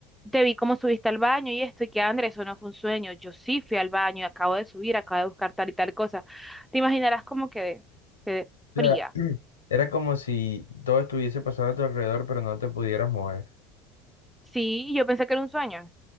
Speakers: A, in the centre; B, on the left.
A: te vi cómo subiste al baño y esto, y que Andrés, eso no fue un sueño, yo sí fui al baño, acabo de subir, acabo de buscar tal y tal cosa. Te imaginarás cómo quedé, quedé
B: O
A: fría.
B: sea, <clears throat> era como si todo estuviese pasando a tu alrededor, pero no te pudieras mover.
A: Sí, yo pensé que era un sueño,